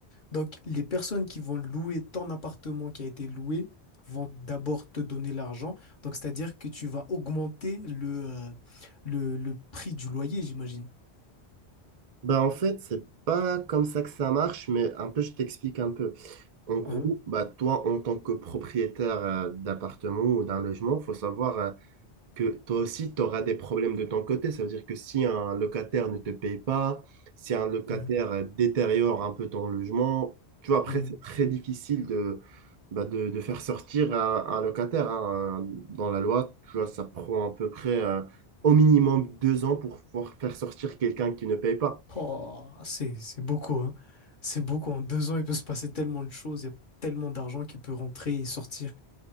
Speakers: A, on the left; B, on the right.
A: Donc, les personnes qui vont louer ton appartement qui a été loué vont d'abord te donner l'argent. Donc, c'est-à-dire que tu vas augmenter le, euh, le, le prix du loyer, j'imagine.
B: Bah, en fait, c'est pas comme ça que ça marche, mais un peu, je t'explique un peu. En gros,
A: Hein
B: bah, toi, en tant que propriétaire euh, d'appartement ou d'un logement, faut savoir euh, que toi aussi, tu auras des problèmes de ton côté. Ça veut dire que si un locataire ne te paye pas, si un locataire
A: Mhm.
B: euh, détériore un peu ton logement, tu vois, après,
A: Mhm.
B: c'est très difficile de, bah, de, de faire sortir un, un locataire. hein. Dans la loi, tu vois, ça prend à peu près euh, au minimum deux ans pour pouvoir faire sortir quelqu'un qui ne paye pas.
A: Oh, c'est, c'est beaucoup, hein. C'est beaucoup. En deux ans, il peut se passer tellement de choses. Il y a tellement d'argent qui peut rentrer et sortir.